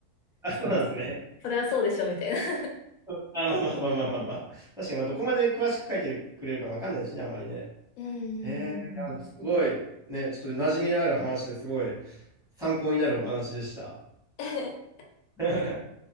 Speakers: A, in the centre; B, on the left.
A: あ、そうなんですね。
B: それはそれはそうでしょ、みたいな。<laughs>
A: <laughs> まあまあまあまあまあまあまあ。確かに、まあ、どこまで詳しく書いてくれるかもわかんないですしね、あんまりね。
B: うんうんうんうん。
A: へえ、いや、すごい、ね、ちょっと馴染みのある話ですごい参考になるお話でした。
B: <laughs>
A: <laughs>